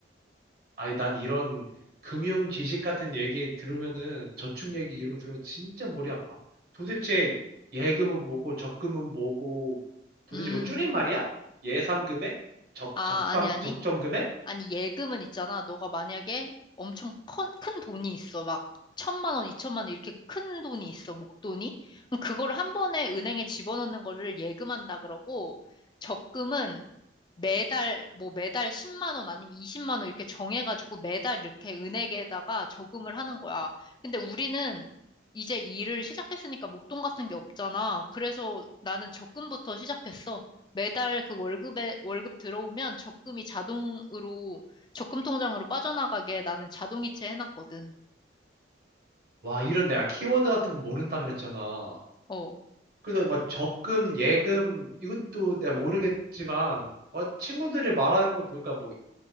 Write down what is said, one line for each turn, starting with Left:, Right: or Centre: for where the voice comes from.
Right: 아니, 난 이런 금융 지식 같은 얘기 들으면은 저축 얘기 이런 거 들으면 진짜 머리 아파. 도대체 예금은 뭐고 적금은 뭐고 도대체
Left: 음.
Right: 뭐 줄임말이야? 예상 금액? 적,
Left: 아,
Right: 적상,
Left: 아니, 아니.
Right: 적정 금액?
Left: 아니, 예금은 있잖아. 너가 만약에 엄청 큰, 큰 돈이 있어. 막, 천만 원, 이천만 원, 이렇게 큰 돈이 있어. 목돈이. 그럼 그거를 한 번에 은행에 집어넣는 거를 예금한다 그러고, 적금은 매달 뭐 매달 10만 원 아니면 20만 원 이렇게 정해가지고 매달 이렇게 은행에다가 저금을 하는 거야. 근데 우리는 이제 일을 시작했으니까 목돈 같은 게 없잖아. 그래서 나는 적금부터 시작했어. 매달 그 월급에 월급 들어오면 적금이 자동으로 적금 통장으로 빠져나가게 나는 자동이체 해놨거든.
Right: 와, 이런 내가 키워드 같은 거 모른다 그랬잖아.
Left: 어.
Right: 그래서 막 적금, 예금, 이것도 내가 모르겠지만, 막 친구들이 말하는 거 보니까 뭐,